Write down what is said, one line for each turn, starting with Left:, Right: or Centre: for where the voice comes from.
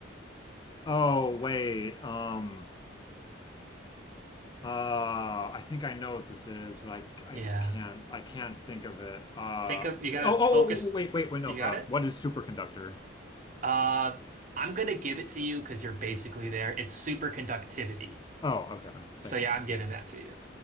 Left: oh, wait. Um, uh, I think I know what this is, but I,
Right: Yeah.
Left: I just can't, I can't think of it. Uh,
Right: Think of
Left: oh,
Right: you gotta
Left: oh, oh,
Right: focus.
Left: oh, wait, wait, wait, no.
Right: You
Left: Uh,
Right: got it?
Left: what is superconductor?
Right: Uh, I'm gonna give it to you because you're basically there. It's superconductivity.
Left: Oh, okay.
Right: So
Left: Thank
Right: yeah,
Left: you.
Right: I'm giving that to you.